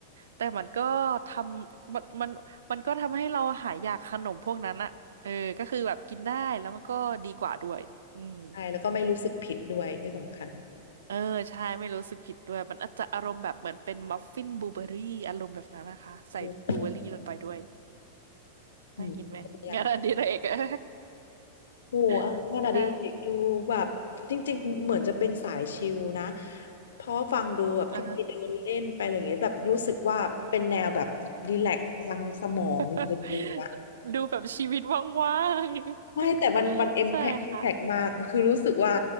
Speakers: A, on the right; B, on the left.
A: แต่มันก็ทำมันมันมันก็ทำให้เราหายอยากขนมพวกนั้นอะเออก็คือแบบกินได้แล้วมันก็ดีกว่าด้วยอืม
B: ใช่ แล้วก็ไม่รู้สึกผิดด้วยที่สำคัญ
A: เออใช่ไม่รู้สึกผิดด้วยมันอาจจะอารมณ์แบบเหมือนเป็นมัฟฟินบลูเบอร์รี่อารมณ์แบบนั้นนะคะใส่บลูเบอร์รี่ลงไปด้วย
B: โอ้โห
A: ได้กินไหม
B: อืม
A: <laughs>
B: อยากกิน
A: งานอดิเรกอะ
B: โอ้โหเอางานอดิเรกดูแบบจริงๆเหมือนจะเป็นสายชิลนะ
A: <laughs> ใช่
B: เพราะฟังดูแบบที่ไปเดินเล่นไปอะไรอย่างเงี้ยแบบรู้สึกว่าเป็นแนวแบบรีแลกซ์ทางสมองเลยอะไรอย่างเงี้ย
A: อ่า <laughs> ดูแบบชีวิตว่าง
B: ไม่แต่มันมัน
A: ๆ <laughs>
B: impact
A: ใช่ค่ะ
B: impact มากคือรู้สึกว่า